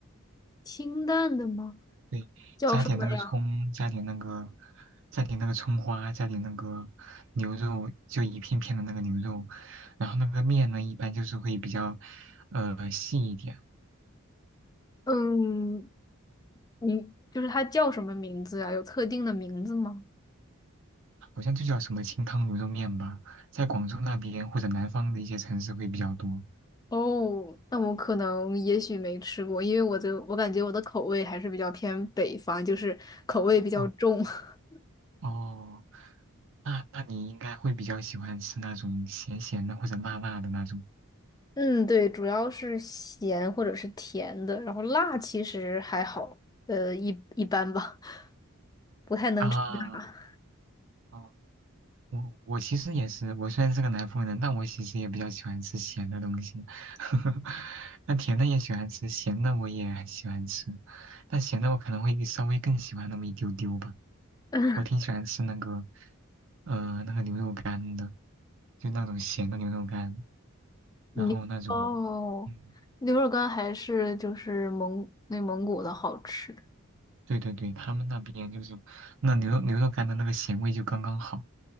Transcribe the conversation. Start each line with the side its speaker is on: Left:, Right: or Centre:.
Left: 清淡的吗？
Right: 对，
Left: 叫什么呀？
Right: 加点那个葱，加点那个，加点那个葱花，加点那个牛肉，就一片片的那个牛肉。然后那个面呢，一般就是会比较，呃，细一点，
Left: 嗯，你就是它叫什么名字呀？有特定的名字吗？
Right: 好像就叫什么清汤牛肉面吧，在广州那边或者南方的一些城市会比较多。
Left: 哦，那我可能也许没吃过，因为我的我感觉我的口味还是比较偏北方，就是口味比较重。
Right: 哦
Left: <laughs>
Right: 哦，那那你应该会比较喜欢吃那种咸咸的或者辣辣的那种
Left: 嗯，对，主要是咸或者是甜的，然后辣其实还好，呃，一一般吧，不太能吃辣。
Right: 啊。哦我我其实也是，我虽然是个南方人，但我其实也比较喜欢吃咸的东西。<laughs> 那甜的也喜欢吃，咸的我也很喜欢吃，但咸的我可能会稍微更喜欢那么一丢丢吧。
Left: <laughs>
Right: 我挺喜欢吃那个，呃，那个牛肉干的，就那种咸的牛肉干，
Left: 你哦，
Right: 然后那种，嗯，
Left: 牛肉干还是就是蒙内蒙古的好吃。
Right: 对对对，他们那边就是那牛肉牛肉干的那个咸味就刚刚好，